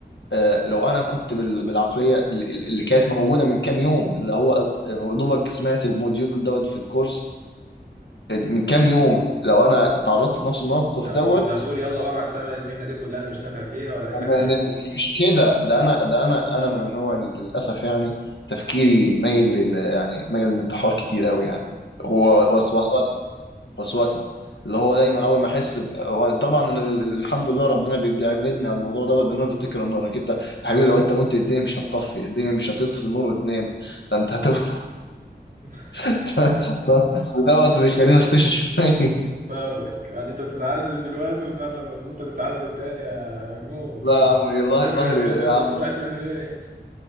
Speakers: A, on the left; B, on the right.
A: آه، لو انا كنت بال- بالعقليه اللي اللي كانت موجوده من كام يوم اللي هو أط- دوبك سمعت الموديول دوت في الكورس من كام يوم لو انا تعرضت لنفس الموقف
B: لا
A: دوت
B: كنت هتقول يلا بقى مع السلامه المهنه دي كلها انا مش نافع فيها ولا اي
A: م-
B: حاجه
A: م- مش كده ده انا ده انا انا من النوع اللي للاسف يعني تفكيري مايل لل يعني مايل للانتحار كتير قوي يعني
B: اوبس
A: هو وسواس وسوسه اللي هو دايما اول ما احس ب... هو طبعا أنا ال- ال- الحمد لله ربنا بيبعدني عن الموضوع دوت بان انا بفتكر النار انك انت يا حبيبي لو انت مت الدنيا مش هتطفي الدنيا مش هتطفي النور وتنام ده انت هتولد
B: <laughs>
A: <laughs> ف- ف- دوت بيخليني اختشي شويه
B: فاهمك يعني انت بتتعذب دلوقتي وساعة لما تموت هتتعذب تاني يا مجنون
A: <laughs> لا يا عم إيه، ظه-
B: ابعد
A: ظهري
B: اللي
A: يا
B: انت بت-
A: عم
B: انت رايح تعمل ايه